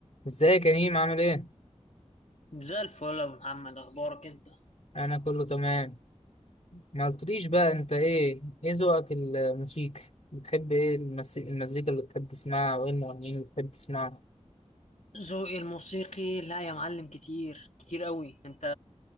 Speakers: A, on the left; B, on the left.
A: ازيك يا هيم عامل ايه؟
B: زي الفل يا أبو محمد اخبارك انت
A: انا كله تمام ما قلتليش بقى انت ايه ايه ذوقك الموسيقى بتحب ايه المس- المزيكا اللي بتحب تسمعها وايه المغنيين اللي بتحب تسمعهم
B: ذوقي الموسيقي لا يا معلم كتير كتير قوي انت